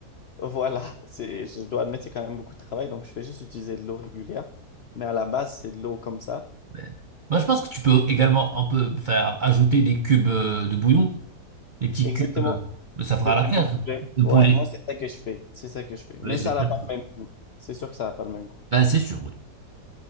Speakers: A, on the left; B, on the right.
A: Voilà, c'est, je dois admettre, c'est quand même beaucoup de travail. Donc, je fais juste utiliser de l'eau régulière. Mais à la base, c'est de l'eau comme ça.
B: Mais- Moi je pense que tu peux également un peu faire ajouter des cubes euh, de bouillon, des petits
A: Exactement.
B: cubes, euh, ça fera
A: De bouillon
B: l'affaire,
A: de poulet.
B: de poulet.
A: Ouais, moi, c'est ça que je fais. C'est ça que je fais. Mais
B: Ouais, c'est
A: ça n'a
B: sûr.
A: pas le même goût. C'est sûr que ça n'a pas le même goût.
B: Ben, c'est sûr, oui.